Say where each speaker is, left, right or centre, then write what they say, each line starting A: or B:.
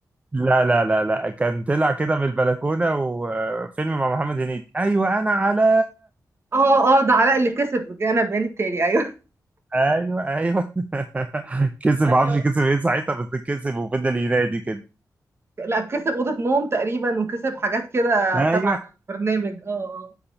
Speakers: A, on the right (about 20°); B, on the right (about 40°).
A: لا لا لا لا كان طلع كده من البلكونة وفيلم مع محمد هنيدي ايوه انا على
B: اه اه ده علاء اللي كسب انا البيان التالي ايوه <laughs>
A: ايوه ايوه <laughs> كسب
B: ده
A: ما اعرفش
B: اللي هو-
A: كسب ايه ساعتها بس كسب وفضل ينادي كده
B: لا كسب اوضه نوم تقريبا وكسب حاجات كده
A: ايوه
B: تبع البرنامج اه اه